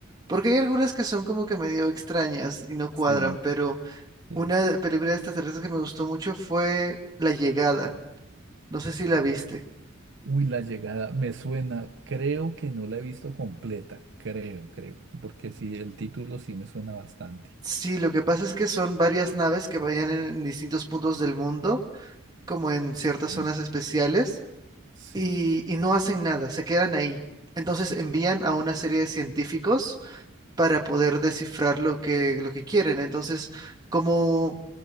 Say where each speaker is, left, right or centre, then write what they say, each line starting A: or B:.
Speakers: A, on the right; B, on the right.
A: porque hay algunas que son como que medio extrañas y no cuadran,
B: Sí.
A: pero
B: eh,
A: una de- película de extraterrestres que me gustó mucho fue La Llegada. No sé si la viste.
B: Uy, la llegada me suena, creo que no la he visto completa, creo, creo, porque sí, el título sí me suena bastante.
A: Sí, lo que pasa es que son varias naves que vayan en en distintos puntos del mundo, como en ciertas zonas
B: Mm.
A: especiales
B: Sí.
A: y, y no hacen nada, se quedan ahí. Entonces envían a una serie de científicos para poder descifrar lo que, lo que quieren. Entonces, como